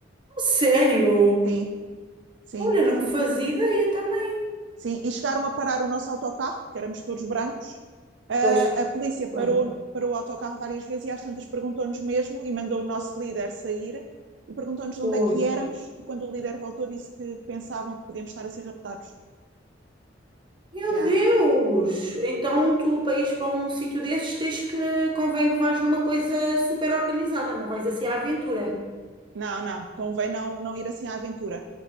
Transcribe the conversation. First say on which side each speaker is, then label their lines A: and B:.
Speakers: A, on the right; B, on the right.
A: Sério?
B: Sim, sim.
A: Olha, não fazia ideia também.
B: Sim, e chegaram a parar o nosso autocarro, porque éramos todos brancos. Ah,
A: Pois,
B: a polícia
A: claro.
B: parou, parou o autocarro várias vezes e às tantas perguntou-nos mesmo e mandou o nosso líder sair e perguntou-nos de
A: Oi.
B: onde é que éramos. E quando o líder voltou, disse que pensavam que podíamos estar a ser raptados.
A: Meu
B: Yeah.
A: Deus! Então tu, para ires para um sítio desses, tens que, convém que vais numa coisa super organizada, não vais assim à aventura.
B: Não, não, convém não, não ir assim à aventura.